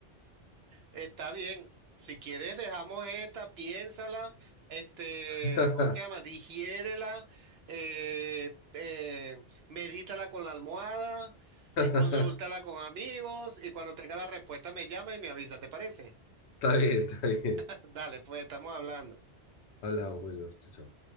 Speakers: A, on the right; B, on the left.
A: Está bien. Si quieres, dejamos esta, piénsala, este,
B: <laughs>
A: ¿cómo se llama? Digiérela, eh, eh, medítala con la almohada, eh,
B: Está
A: consúltala con amigos y cuando tenga la respuesta me llama y me avisa, ¿te parece?
B: bien, está bien.
A: <laughs> Dale, pues estamos hablando.
B: Hablamos, Wilmer. Chau, chau.